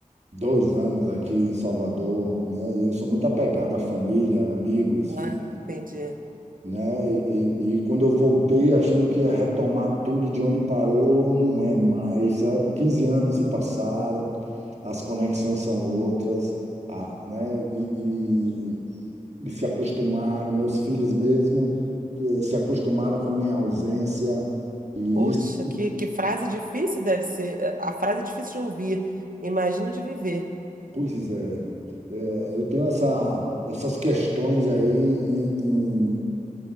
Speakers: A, on the right (about 50°); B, on the right (about 80°).
A: dois anos aqui em Salvador, né? E eu sou muito apegado à família, amigos,
B: Ah,
A: fi-
B: entendi.
A: né? E, e quando eu voltei achando que ia retomar tudo de onde parou, não é mais, sabe? 15 anos se passaram, as conexões são outras, a, né? E, e se acostumaram, meus filhos mesmo, eh, se acostumaram com minha ausência. E
B: Poxa,
A: isso,
B: que, que frase difícil deve ser. eh, A frase é difícil de ouvir. Imagino de viver.
A: pois é, é, eu tenho essa, essas questões aí em, em,